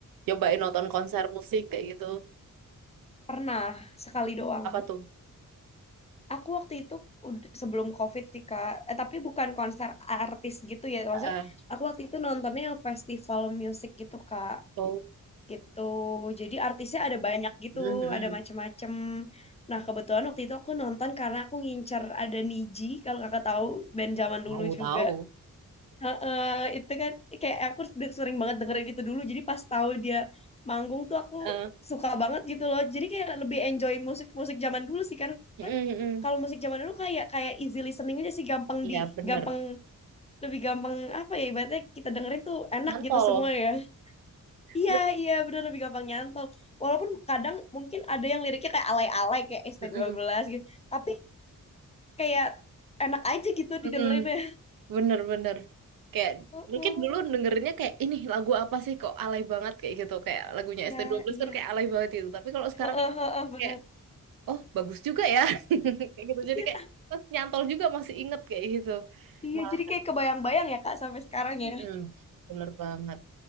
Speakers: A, on the right (about 85°); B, on the left (about 20°).
A: cobain nonton konser musik kayak gitu?
B: pernah sekali doang
A: Apa tuh?
B: aku waktu itu ud- sebelum COVID sih kak eh, tapi bukan konser artis gitu ya maksudnya
A: Ah,
B: aku waktu itu nontonnya yang festival musik gitu kak
A: oh,
B: gitu jadi artisnya ada banyak gitu
A: mm, mm.
B: ada macem-macem nah kebetulan waktu itu aku nonton karena aku ngincer ada Niji kalau kakak tahu band zaman
A: Tahu
B: dulu juga
A: tahu.
B: Heeh, itu kan kayak aku de- sering banget dengerin itu dulu. Jadi pas tahu dia manggung tuh aku
A: Eh,
B: suka banget gitu loh. Jadi kayak lebih enjoy musik-musik zaman dulu sih karena
A: mm, mm.
B: kalau musik zaman dulu kayak kayak easy listening aja sih gampang
A: Iya
B: di
A: bener.
B: gampang lebih gampang apa ya ibaratnya kita dengerin tuh enak
A: Nyantol.
B: gitu semua ya. Iya,
A: Ben-
B: iya bener lebih gampang nyantol. Walaupun kadang mungkin ada yang liriknya kayak alay-alay kayak s
A: Mm,
B: t dua
A: mm.
B: belas gitu. Tapi kayak enak aja gitu
A: mm.
B: didengerin ya.
A: Bener bener. Kayak
B: <laughs>
A: mungkin
B: Heeh.
A: dulu dengernya kayak ini lagu apa sih kok alay banget kayak gitu kayak lagunya
B: Ya,
A: ST12
B: iya.
A: kan kayak alay banget gitu. Tapi kalau sekarang
B: Heeh,
A: kan
B: heeh, bener.
A: kayak oh bagus juga ya <laughs> kayak gitu. Jadi
B: Iya,
A: kayak eh, nyantol juga masih inget kayak gitu.
B: iya,
A: Malah.
B: jadi kayak kebayang-bayang ya Kak sampai sekarang
A: Mm-mm,
B: ya.
A: Bener banget.